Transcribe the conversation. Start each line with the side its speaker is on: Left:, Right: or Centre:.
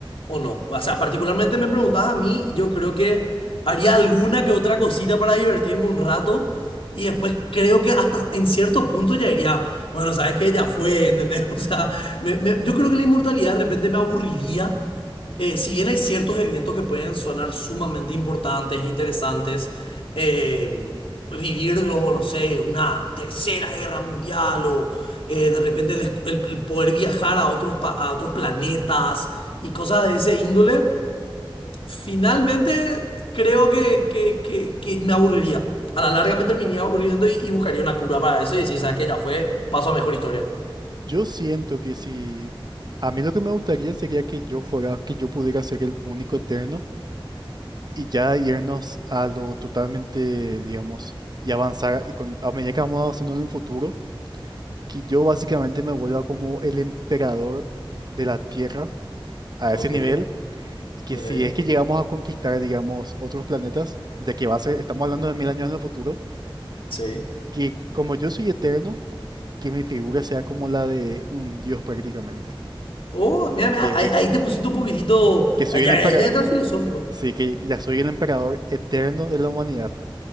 Left: o no? O sea, particularmente me preguntabas a mí, yo creo que haría alguna que otra cosita para divertirme un rato y después creo que hasta en cierto punto ya diría, bueno, sabes que ya fue, ¿entendés? <laughs> O sea, me- me- yo creo que la inmortalidad de repente me aburriría eh, si bien hay ciertos eventos que pueden sonar sumamente importantes e interesantes, eh, vivirlo, no sé, una tercera guerra mundial o eh, de repente el, es- el- el poder viajar a otros, pa- a otros planetas y cosas de ese índole, finalmente creo que, que- que- que me aburriría. A la larga me terminaría aburriendo y, y buscaría una cura para eso y decir, ¿sabes qué? Ya fue, paso a mejor historia.
Right: Yo siento que si, a mí lo que me gustaría sería que yo fuera, que yo pudiera ser el único eterno y ya irnos a lo totalmente, digamos, y avanzar, y con, a medida que vamos avanzando en el futuro, que yo básicamente me vuelva como el emperador de la Tierra a
Left: Ok,
Right: ese nivel que
Left: ok,
Right: si es que llegamos a conquistar, digamos, otros planetas, ya que va a ser, estamos hablando de mil años en el futuro,
Left: sí.
Right: que como yo soy eterno, que mi figura sea como la de un dios prácticamente.
Left: Oh, mira, mira,
Right: Que, voy-
Left: ahí, ahí te pusiste un poquitito,
Right: que soy
Left: ahí ya,
Right: el emperador.
Left: ahí ya entras filosófico.
Right: Sí, que ya soy el emperador eterno de la humanidad.